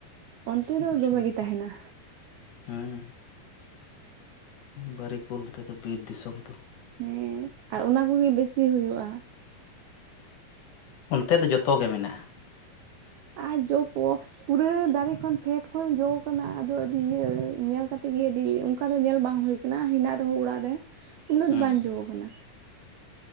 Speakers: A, on the right (about 75°); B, on the left (about 65°).
A: ᱚᱱᱛᱮ ᱫᱚ
B: ᱵᱩᱡᱷᱟᱹᱣ
A: ᱫᱚᱢᱮ ᱜᱮ
B: ᱠᱮᱫᱟᱹᱧ᱾
A: ᱛᱟᱦᱮᱱᱟ
B: ᱦᱩᱸ᱾ ᱵᱟᱨᱤᱠᱩᱞ ᱛᱮ ᱫᱚ ᱵᱤᱨ ᱫᱤᱥᱚᱢ ᱛᱚ᱾
A: ᱦᱮᱸ ᱟᱨ ᱚᱱᱟ ᱠᱚ ᱜᱮ ᱵᱮᱥᱤ ᱦᱩᱭᱩᱜ-ᱟ᱾
B: ᱚᱱᱛᱮ ᱫᱚ ᱡᱚᱛᱚ ᱜᱮ ᱢᱮᱱᱟᱜ-ᱟ᱾
A: ᱟᱨ ᱡᱚ ᱯᱚᱼᱼ ᱯᱩᱨᱟᱹ ᱫᱟᱨᱮ ᱠᱷᱚᱱ ᱯᱷᱮᱰ ᱠᱷᱚᱱ ᱡᱚ ᱟᱠᱟᱱᱟ ᱟᱫᱚ ᱟᱹᱰᱤ ᱤᱭᱟᱹ ᱧᱮᱞ ᱠᱟᱛᱮ ᱜᱮ ᱟᱹᱰᱤ ᱤᱭᱟᱹ ᱚᱱᱠᱟ ᱫᱚ ᱧᱮᱞ ᱵᱟᱝ ᱦᱩᱭ ᱟᱠᱟᱼᱼ ᱱᱟ ᱦᱮᱱᱟᱜ ᱦᱮᱱᱟᱜ ᱨᱮᱦᱚᱸ ᱚᱲᱟᱜ ᱨᱮ ᱩᱱᱟᱹᱜ
B: ᱦᱮᱸ
A: ᱫᱚ ᱵᱟᱝ ᱡᱚ ᱟᱠᱟᱱᱟ᱾